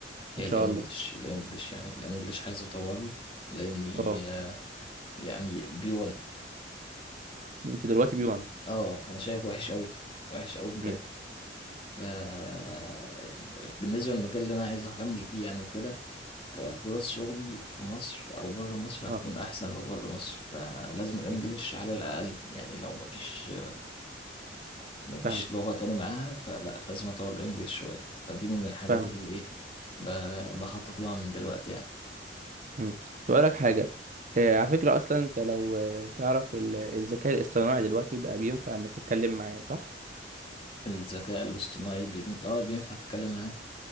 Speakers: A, on the left; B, on the right.
A: هي
B: ان شاء
A: الانجليش
B: الله
A: الانجليش يعني الانجليش عايز اطوره لاني
B: اه
A: آه، يعني بي 1
B: انت دلوقتي بي 1
A: اه انا شايف وحش قوي وحش قوي بجد
B: مم.
A: آه، بالنسبة للمجال اللي أنا عايز أكمل فيه يعني وكده ففرص شغلي في مصر أو بره مصر هتكون
B: اه
A: أحسن لو بره مصر فلازم الإنجليش
B: مم.
A: على الأقل يعني لو مفيش مفيش
B: فاهمك
A: لغة تاني معاها فلا لازم أطور الإنجليش شوية فدي من الحاجات
B: فاهمك
A: اللي إيه ب- بخطط لها من دلوقتي يعني
B: امم لك حاجه آه على فكره اصلا انت لو آه، تعرف ال- الذكاء الاصطناعي دلوقتي بقى بينفع انك تتكلم معاه صح
A: الذكاء الاصطناعي بي... آه بينفع تتكلم معاه